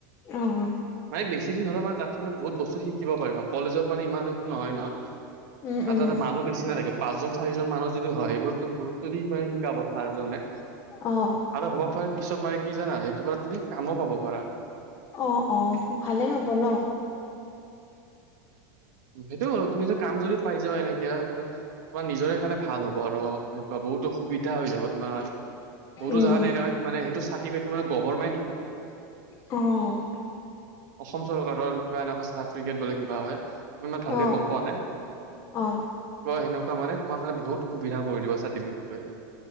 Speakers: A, on the left; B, on the right.
A: অ'
B: ম বেছি। সিদিন হ'লে আমাৰ তাত তমি বহুত বস্তু শিকিব পাৰা কলেজত মানে ইমান একো নহয় নয়।
A: উম উম
B: আৰু এটা মানুহ বেছি নাথাগে। পাঁচজন চাৰিজন মানুহ যদি হয় এইবোৰতো গুৰুত্ব দি মানে শিকাব চাৰজনে
A: অ'।
B: আৰু হ'ব পাৰে পিছত মানে কি জানা সেইটো পৰা তুমি কামো পাব পাৰা।
A: অ'- অ', ভালেই হ'ব ন।
B: সেইটো তুমি যদি কাম যদি পাই যোৱা এনেকে তোমাৰ নিজৰে কাৰণে ভাল হ'ব। <unintelligible> বা বহুতো সুবিধা হৈ যাব তোমাৰ বহুতো
A: উম
B: জাগাত এনেকুৱা মানে চাৰ্টিফিকেত টো মানে গভৰ্মেণ্ট হয়।
A: অ'।
B: অসম চৰকাৰৰ কিবা এনেকুৱা চাৰ্টিফিকেট বোলে কিবা হয়। মই ইমান ভালকে
A: অ'
B: গম পোৱা নাই
A: অ'
B: কয় হেনো ত' মানে তোমাৰ কাৰণে বহুত সুবিধা কৰি দিব চাৰ্টিফিকেতটোৱে।